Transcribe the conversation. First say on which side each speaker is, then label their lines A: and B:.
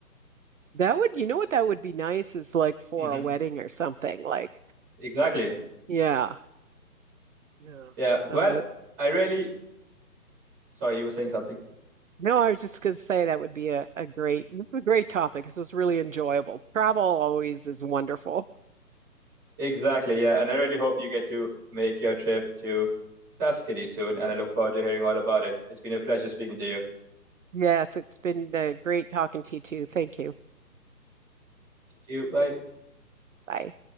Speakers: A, on the right; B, on the right.
A: That would, you know what that would be nice is like for
B: hmm
A: a wedding or something. Like,
B: Exactly.
A: yeah. Yeah.
B: Yeah, well,
A: Oh, that's
B: I really, sorry, you were saying something.
A: No, I was just going to say that would be a, a great, this is a great topic. This was really enjoyable. Travel always is wonderful.
B: Exactly, yeah, and I really hope you get to make your trip to Tuscany soon, and I look forward to hearing all about it. It's been a pleasure speaking to you.
A: Yes, it's been uh, great talking to you too. Thank you.
B: Thank you. Bye.
A: Bye.